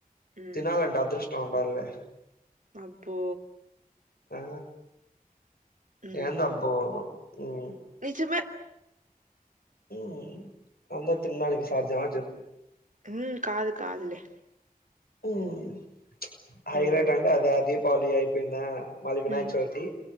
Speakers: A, on the right (about 55°); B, on the left (about 85°).
A: ఉమ్
B: తినాలంటే అదృష్టం ఉండాల్లే
A: అబ్బో
B: ఆ
A: హ్మ్.
B: ఏందబ్బో ఉం
A: నిజమే.
B: ఉం అందరు తిండానికి సాధ్యమా చెప్పు
A: ఉమ్ కాదు కాదులే
B: ఉమ్ హైలైట్
A: హ్మ్.
B: అంటే అదే దీపావళి అయిపోయిందా మాది వినాయక
A: హ్మ్.
B: చవితి